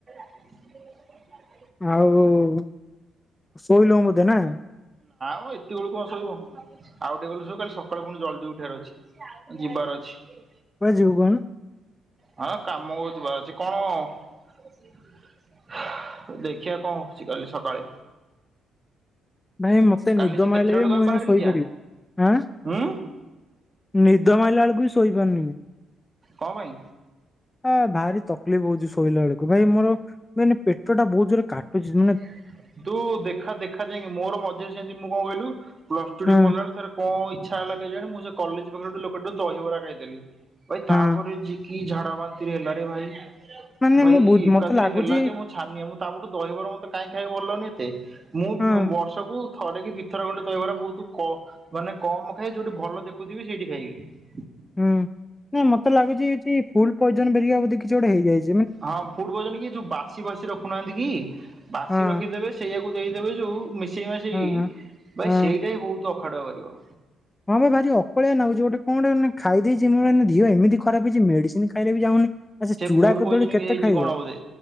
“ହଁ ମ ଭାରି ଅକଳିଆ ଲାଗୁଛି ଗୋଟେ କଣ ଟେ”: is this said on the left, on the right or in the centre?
Left